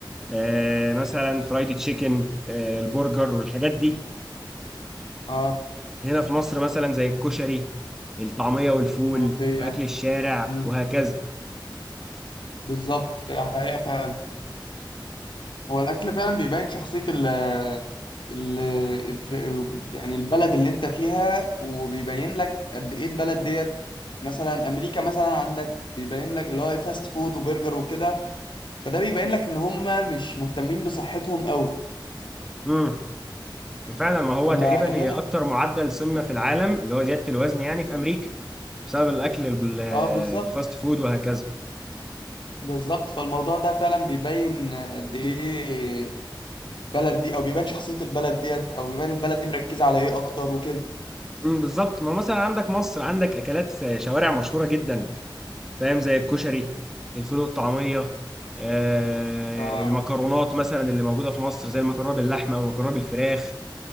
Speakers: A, in the centre; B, on the left.
A: آه، مثلا فرايد تشيكن آه، البرجر والحاجات دي
B: اه
A: هنا في مصر مثلا زي الكشري الطعميه والفول
B: الملوخية
A: واكل الشارع
B: امم
A: وهكذا
B: بالظبط ده حقيقة فعلا هو الأكل فعلا بيبين شخصية ال ال ال- ال- يعني البلد اللي انت فيها وبيبين لك قد ايه البلد ديت مثلا امريكا مثلا عندك بيبين لك اللي هو فاست فود وبرجر وكده فده بيبين لك ان هم مش مهتمين بصحتهم قوي
A: مم. فعلا ما هو
B: اما
A: تقريبا
B: هنا
A: هي اكتر معدل سمنه في العالم اللي هو زياده الوزن يعني في امريكا بسبب الاكل ال-
B: اه بالظبط
A: الفاست فود وهكذا
B: بالظبط فالموضوع ده فعلا بيبين قد ايه البلد دي او بيبان شخصية البلد ديت او بيبان البلد دي مركزة على ايه اكتر وكده
A: أمم، بالظبط ما مثلا عندك مصر عندك اكلات شوارع مشهوره جدا فاهم زي الكشري الفول والطعميه آه،
B: ف-
A: المكرونات مثلا اللي موجوده في مصر زي المكرونه باللحمه او المكرونه بالفراخ